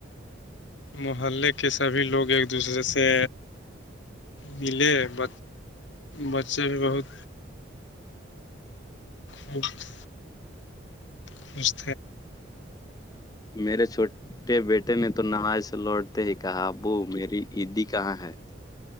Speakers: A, on the left; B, on the left.
A: محلے کے سبھی لوگ ایک دوسرے سے ملے ب بچے بھی بہت ہچ اچھ
B: میرے چھوٹ بیٹے نے تو نماز سے لوٹتے ہی کہا ابو میری عیدی کہاں ہے